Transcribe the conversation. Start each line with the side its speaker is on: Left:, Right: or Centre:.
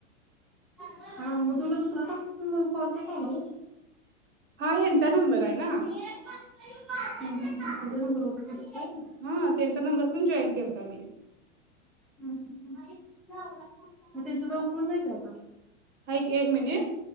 Centre: आणि मग तुला दुसरा टास्क पण कॉलचाच आला होय.
Right: हा ह्यांचा नंबर हाय ना
Centre: हम्म, हम्म, हम्म. तुझ्या नंबरवरून केलंस व्हय?
Right: हा त्यांचा नंबर पण जॉईन केलता मी
Centre: म त्यांचा जवळ फोन नाही का आता
Right: हाय की एक मिनिट